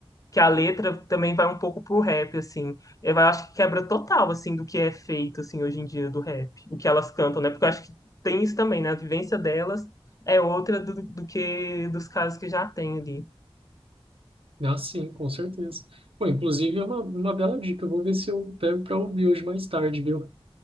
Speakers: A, on the left (about 35°); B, on the right (about 65°).
A: que a letra também vai um pouco pro rap, assim. Eu acho que quebra total, assim, do que é feito, assim, hoje em dia do rap. O que elas cantam, né? Porque eu acho que tem isso também, né? A vivência delas é outra do, do que dos casos que já tem ali.
B: Ah, sim, com certeza. Pô, inclusive é uma, uma bela dica. Eu vou ver se eu pego para ouvir hoje mais tarde, viu?